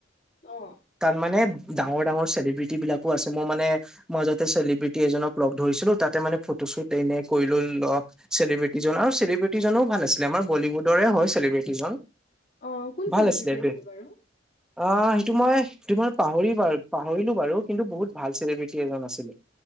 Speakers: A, on the left (about 45°); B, in the centre.
A: অ
B: তাত মানে ডাঙৰ ডাঙৰ চেলিব্ৰিটি বিলাকো আছে মোৰ মানে, মই যাতে চেলিব্ৰিটি এজনক লগ ধৰিছিলোঁ, তাতে মানে ফটোশ্বুট এনে কৰিললোঁ। চেলিব্ৰিটিজন আৰু চেলিব্ৰিটিজনো ভাল আছিলে আমাৰ বলিউডৰে হয় চেলিব্ৰিটিজন।
A: অ কোন
B: ভাল
A: চেলিব্ৰিটি
B: আছিলে দে।
A: আছিল বাৰু?
B: অ', সেইটো মই তুমাৰ পাহৰি বাৰু পাহৰিলোঁ বাৰু কিন্তু বহুত ভাল চেলিব্ৰিটি এজন আছিল। <unintelligible>